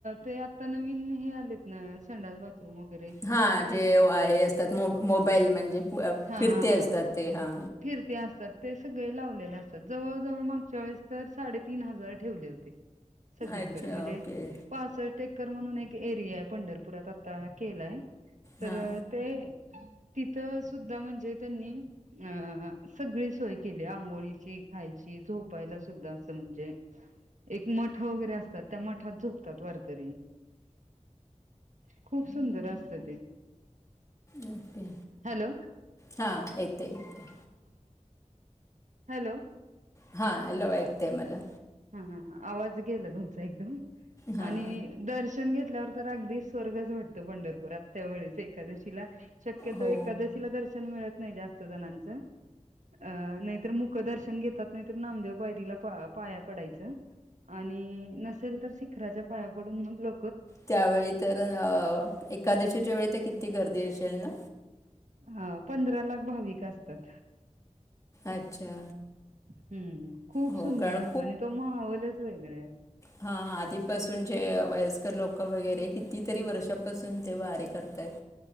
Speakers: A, on the right; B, on the left.
A: ते आता नवीन हे आलेत ना संडास बाथरूम वगैरे
B: हा जे आहे असत्यात मोबाईल म्हणजे
A: हा
B: फिरते
A: हा हा
B: असतात ते हा
A: फिरते असतात ते सगळे लावलेले असतात जवळजवळ मागच्या वेळेस तर साडेतीन हजार ठेवले होते सगळीकडं
B: अच्छा
A: म्हणजे
B: ओके
A: पासट एकर म्हणून एक एरियाय पंढरपुरात आता केलाय तर
B: हां
A: ते तिथं त सुद्धा म्हणजे त्यांनी अ सगळी सोय केली आंघोळीची खायची झो झोपायला सुद्धा असं म्हणजे एक मठ वगैरे असतात त्या मठात झोपतात वारकरी खूप सुंदर असतं ते
B: ओके.
A: हॅलो
B: हां ऐकते ऐकते
A: हॅलो.
B: हा हॅलो ऐकतेय मला
A: हा आवाज गेला तुमचा एकदम
B: हां
A: आणि दर्शन घेत ल्यावर तर अगदी स्वर्गच वाटतं पंढरपूरात त्या वेळेस एकादशीला शक्यतो
B: हो
A: एकादशीला दर्शन मिळत नाही जास्त जण नाहीतर मुक दर्शन घेतात नाही नामदेव पायरीला पा पडायचं आणि नसेल तर शिखराच्या पाया पडून मग ल
B: त्यावेळी तर अ एकादशीच्या वेळी तर किती गर्दी असेल ना.
A: हा पंधरा लाख भाविकं असतात.
B: अच्छा.
A: हम्म, खूप
B: हो
A: सुंदर
B: कारण
A: असतं आणि तो माहोलच वेगळाय.
B: हा आधीपासून जे वयस्कर लोकं वगैरे की तीतरी वर्षापासून ते वारीे करतायत.